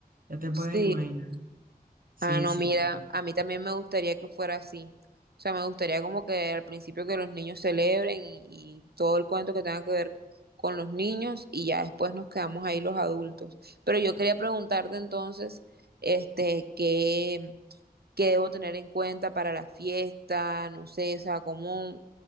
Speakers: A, on the right; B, on the right.
A: Ya te puedes
B: Sí.
A: imaginar. Sí,
B: Ah, no,
A: sí.
B: mira,
A: sí.
B: a mí también me gustaría que fuera así. O sea, me gustaría como que al principio que los niños celebren y, y todo el cuento que tenga que ver con los niños y ya después nos quedamos ahí los adultos. Pero yo quería preguntarte entonces, este, qué, qué debo tener en cuenta para la fiesta, no sé, o sea, cómo,